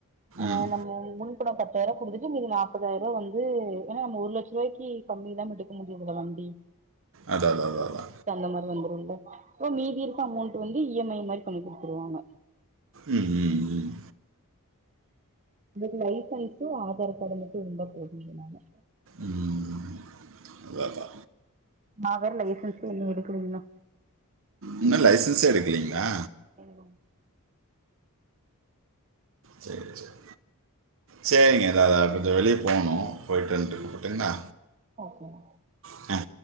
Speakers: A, on the right; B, on the right.
A: அ
B: ம்
A: நம்ம முழு இப்ப நா பத்தாயரோ குடுத்துட்டு மீதி நாப்பதாயருவா வந்து ஏன்னா நம்ம ஒரு லட்சருவாய்க்கி கம்மியில்லாம எடுக்க முடியாதுல்ல வண்டி
B: அதா அதா அதா அதா
A: து மாரி வந்துருல்ல போ மீதி இருக்க அமௌண்ட்டு வந்து இ எம் ஐ மாரி பண்ணி குடுத்துருவாங்க
B: ம் ம் ம்
A: இதுக்கு லைசன்ஸ்சு ஆதார் காடு மட்டு இருந்தா போதுனு சொன்னாங்க
B: ம் அதா அதா
A: நா வேற லைசென்ஸே இன்னு எடுக்கலிங்களா
B: இன்னு லைசன்ஸே எடுக்லிங்ளா
A: ம்
B: சேரி சேரி சேரிங்க இதா தா கொஞ்ச வெளியே போணு போய்ட்டு வன்ட்டு கூப்புட்டுங்களா
A: உஹம்
B: அ